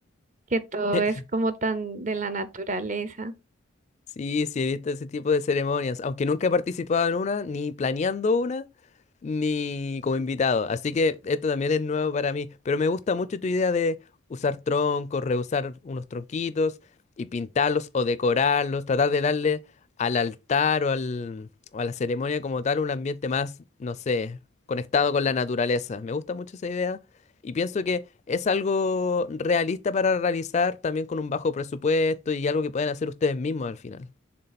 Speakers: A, on the right (about 35°); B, on the left (about 30°).
A: que todo
B: <laughs>
A: es como tan de la naturaleza.
B: Sí, sí, he visto ese tipo de ceremonias, aunque nunca he participado en una, ni planeando una, ni como invitado. Así que esto también es nuevo para mí, pero me gusta mucho tu idea de usar troncos, reusar unos tronquitos y pintarlos o decorarlos, tratar de darle al altar o, al, o a la ceremonia como tal un ambiente más, no sé, conectado con la naturaleza. Me gusta mucho esa idea y pienso que es algo realista para realizar también con un bajo presupuesto y algo que pueden hacer ustedes mismos al final.